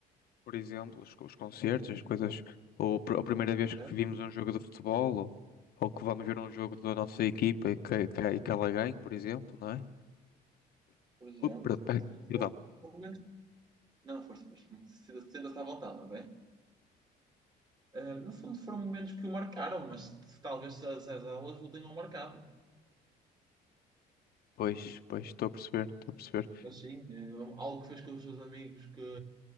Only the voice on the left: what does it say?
Por exemplo, os, os concertos, as coisas, ou pr- a primeira vez que
vimos um jogo de futebol, ou, ou que vamos ver um jogo da nossa equipa e que, que, e que ela ganhe, por exemplo, não é?
Ui, per-
per- Perdão.
Pois, pois, estou a perceber, estou a perceber.